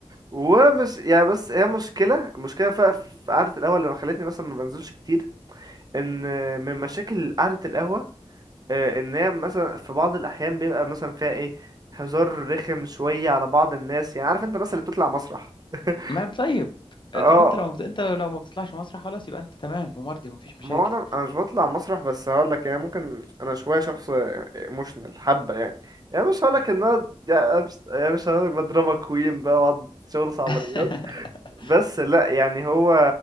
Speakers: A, on the right (about 35°); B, on the left (about 45°).
A: ومش يعني بس هي مشكلة مشكلة ف- في قعدة القهوة اللي خلتني مثلا ما بنزلش كتير ان من مشاكل قعدة القهوة آه، ان هي مثلا في بعض الاحيان بيبقى مثلا فيها ايه هزار رخم شويه على بعض الناس يعني عارف انت الناس اللي بتطلع مسرح <laughs>
B: ما طيب
A: اه
B: طب انت لو انت لو ما بتطلعش مسرح خلاص يبقى انت تمام ومرضي ومفيش مشاكل
A: ما هو انا انا مش بطلع مسرح بس هقول لك يعني ممكن انا شويه شخص ايموشنال حبه يعني يعني مش هقول لك ان انا يعني مش يعني مش هقول لك بضربك كوين بقى واقعد شغل صعبانيات
B: <laughs>
A: بس لا يعني هو